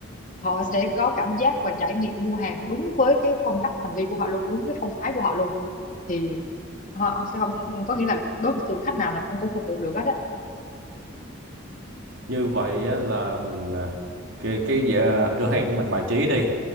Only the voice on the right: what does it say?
như vậy á là ừ, cái cái à, cửa hàng của mình bài trí đi